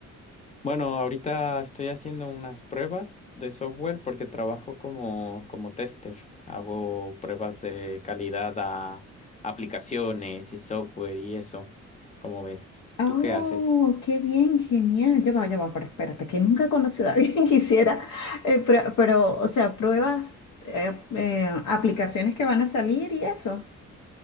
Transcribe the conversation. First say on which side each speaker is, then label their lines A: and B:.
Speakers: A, on the left; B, on the left.
A: Bueno, ahorita estoy haciendo unas pruebas de software porque trabajo como, como tester. Hago pruebas de calidad a aplicaciones y software y eso. ¿Cómo ves?
B: Oh,
A: ¿Tú qué haces?
B: qué bien, genial. Ya va, ya va, pero espérate, que nunca he conocido a alguien <laughs> que hiciera, eh, pro- pero, o sea, pruebas, eh, eh, aplicaciones que van a salir y eso.